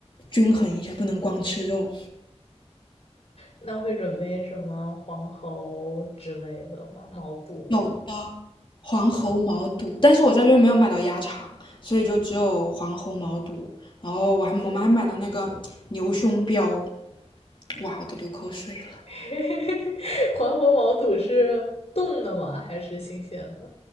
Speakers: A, on the left (about 45°); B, on the left (about 65°).
A: 均衡一下，不能光吃肉。
B: 那会准备什么黄喉之类的吗？毛肚？
A: 有的黄喉毛肚，但是我在这边没有买到鸭肠，所以就只有黄喉毛肚。然后我还我们还买了那个牛胸膘，哇，我都流口水了。
B: <laughs> 黄喉毛肚是冻的吗？还是新鲜的？